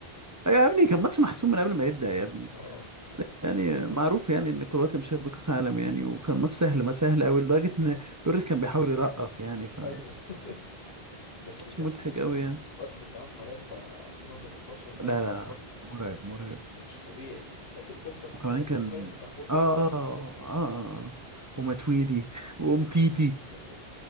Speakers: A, on the right; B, on the left.
A: يا ابني كان ماتش محسوم من قبل ما يبدأ يا ابني
B: اه
A: اصل يعني معروف يعني ان كرواتيا مش هياخدوا كاس عالم يعني وكان ماتش سهل ما سهل قوي لدرجة ان لوريس كان بيحاول يرقص يعني ف
B: ايوه <laughs> بس
A: ماتش
B: كان
A: مضحك
B: السكواد
A: قوي يعني
B: السكواد بتاع فرنسا 2018 ده
A: لا لا مرعب مرعب
B: كانش طبيعي فاكر بوجبا
A: وكمان
B: فاكر
A: كان
B: البرايم بتاع بوجبا
A: اه
B: يا
A: اه اه, آه. ومتويدي <laughs> وامتيتي
B: نهار ابيض